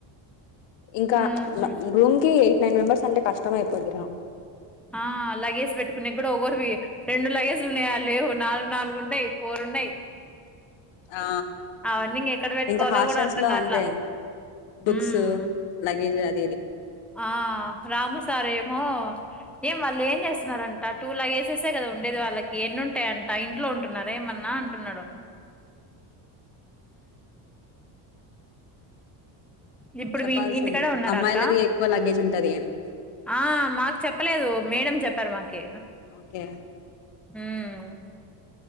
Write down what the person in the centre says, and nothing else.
మ్మ్
ఆ లగేజ్ పెట్టుకునేకు ఓవర్ వి రెండు లగేజ్ ఉన్నాయా ఆ లేవు నాలుగు నాలుగు ఉన్నాయి ఫోర్ ఉన్నాయి
అవన్నీ ఇంగ ఎక్కడ పెట్టుకోవాలో
కూడా అర్ధం
కాట్లా
మ్మ్
ఆ రాము సార్ ఏ ఓ ఏం వాళ్ళు ఏం చేస్తున్నారంట టూ లాగేసేసే కదా ఉండేది వాళ్ళకి ఎన్నింటాయంట ఇంట్లో ఉంటున్నారు ఏమన్నా అంటున్నాడు. ఇప్పుడు
మీ ఈ ఇంటికాడే ఉన్నారా
అక్క
ఆ మాక్ చెప్పలేదు. మేడం చెప్పారు మాకి
హ్మ్